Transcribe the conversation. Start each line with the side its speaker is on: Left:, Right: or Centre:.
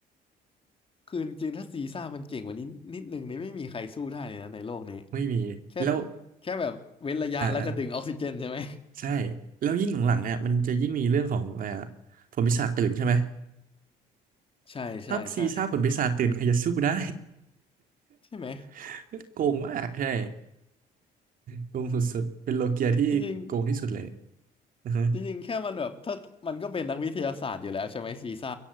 Left: คือจริงๆถ้าซีซ่ามันเก่งกว่านี้นิดนึงนี่ไม่มีใครสู้ได้เลยนะในโลกนี้
Right: ไม่มีแล้ว
Left: แค่แค่แบบเว้นระยะแล้วก็ดึงออกซิเจนใช่ไหม
Right: อ่าอ่าใช่แล้วยิ่งหลังๆเนี่ยมันจะยิ่งมีเรื่องของอะไรอะผลปีศาจตื่นใช่ไหม
Left: ใช่ใช่ใช่
Right: ถ้าซีซ่าผลปีศาจตื่นใครจะสู้ได้
Left: ใช่ไหม
Right: <laughs> โกงมากใช่โกงสุดๆเป็นโลเกียที่โกงที่สุดเลย
Left: จริง
Right: อือฮึ
Left: ๆจริงๆแค่มันแบบถ้ามันก็เป็นนักวิทยาศาสตร์อยู่แล้วใช่ไหมซีซ่า